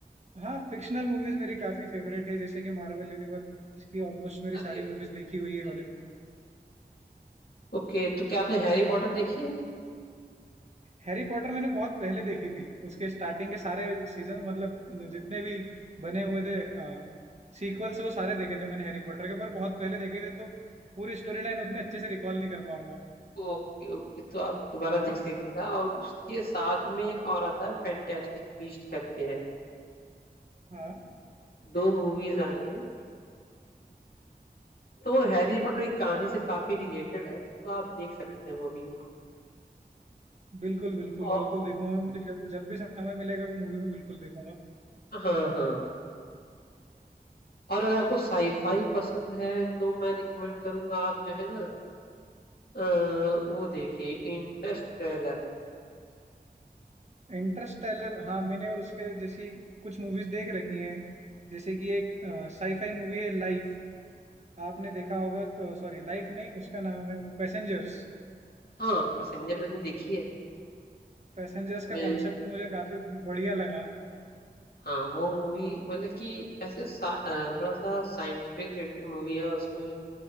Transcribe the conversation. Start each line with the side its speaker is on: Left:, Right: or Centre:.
Right: हाँ फिक्शनल मूवीज मेरी काफी फेवरेट है जैसे कि मार्वल यूनिवर्स की ऑलमोस्ट मेरी
Left: अरे
Right: सारी
Left: भाई
Right: मूवीज देखी हुई है हॉलीवुड
Left: ओके तो क्या आपने हैरी पॉटर देखी है
Right: हैरी पॉटर मैंने बहुत पहले देखी थी उसके स्टार्टिंग के सारे सीजन मतलब जितने भी बने हुए थे सीक्वल्स वो सारे देखे थे मैंने हैरी पॉटर के पर बहुत पहले देखे थे तो पूरी स्टोरी लाइन उतने अच्छे से रिकॉल नहीं कर पाऊंगा मैं
Left: ओके ओके तो आप दोबारा देख लीजिएगा और उसके साथ में एक और आता है फैंटेस्टिक बीस्ट करके है
Right: हाँ
Left: दो मूवीज आई हैं तो वो हैरी पॉटर की कहानी से काफी रिलेटेड है तो आप देख सकते हैं वो भी
Right: बिल्कुल बिल्कुल
Left: और
Right: बिल्कुल देखूंगा मुझे जब जब भी समय मिलेगा वो मूवी में बिल्कुल देखूंगा
Left: हाँ हाँ और अगर आपको साईफाई पसंद है तो मैं रिकमेंड करूंगा आप जो है ना अ, वो देखिए इंटरस्टेलर
Right: इंटरस्टेलर हाँ मैंने और उसके जैसी कुछ मूवीज देख रखी हैं जैसे कि एक साईफाई मूवी है लाइफ आपने देखा होगा सॉरी लाइफ नहीं उसका नाम है वो पैसेंजर्स
Left: हाँ पैसेंजर मैंने देखी है
Right: पैसेंजर्स
Left: उसमें
Right: का कॉन्सेप्ट मुझे काफी बढ़िया लगा
Left: हाँ वो मूवी मतलब कि ऐसे सा, अ, थोड़ा सा साइंटिफिक रिलेटेड मूवी है उसमें